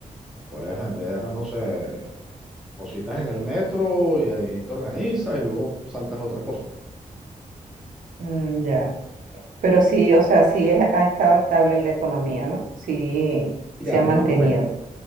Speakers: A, in the centre; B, on the right.
A: puedes vender, no sé... cositas en el metro y ahí te organizas y luego saltas a otra cosa.
B: Mm, ya, pero sí, o sea, sí es- ha estado estable la economía, ¿no? Sí,
A: Mira,
B: se ha mantenido.
A: más o menos.